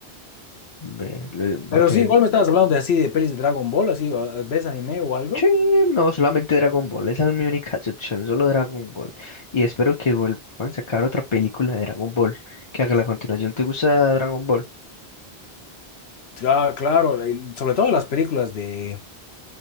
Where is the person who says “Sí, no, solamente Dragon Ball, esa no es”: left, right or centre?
Left